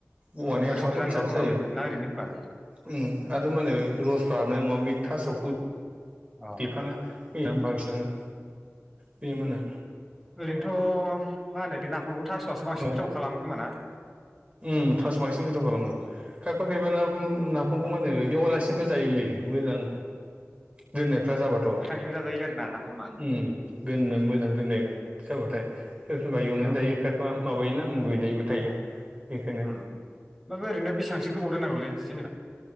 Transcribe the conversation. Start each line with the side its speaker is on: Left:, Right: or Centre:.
Right: औवानि
Centre: अ गोथावबो
Right: हासुङाथ'
Centre: जानाय
Right: फिसासो
Centre: नङा खोमा
Right: जायो
Centre: बे ना ओरैनो होबा
Right: उम आरो मा होनो लस बाबनाय नङा बे थास'खौ
Centre: अ
Right: देफाना होयो बांसिनानो बे मानो
Centre: ओरैनोथ' मा होनो बे नाफामखौ थास'आसो
Right: नङाबा
Centre: बांसिन गोथाव खालामो खोमा ना?
Right: उम थास'वा बांसिन गोथाव खालामो। खायफा खायफा ना नाफामखौ
Centre: औ
Right: मानो एवालासिनोबो जायोलै मोजां दोननाय जाजाबाथ'
Centre: गोथाङैबो जाजायो आरो ना नाफामा
Right: उम दोननो मोजां दोननाय जाबाथाय। सोर सोरबा एवनानै
Centre: अ
Right: जायो खायफा माबायो ना मुगैनायबो थायो। बेखायनो
Centre: उम ओमफ्राय ओरैनो बेसांसो गोबाव दोननांगौलै जेनेबा